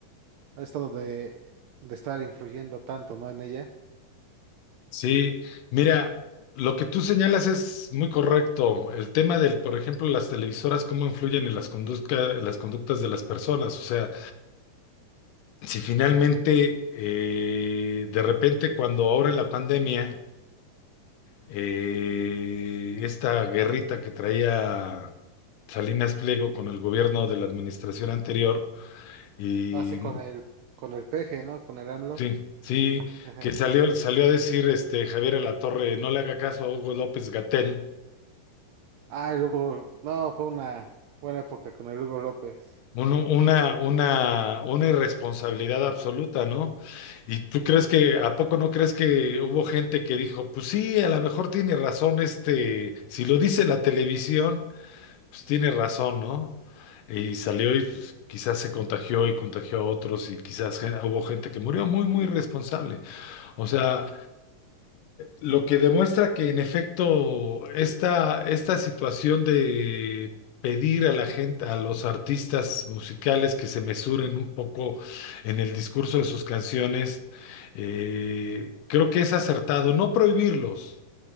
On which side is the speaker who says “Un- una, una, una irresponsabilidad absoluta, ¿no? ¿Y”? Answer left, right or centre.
Left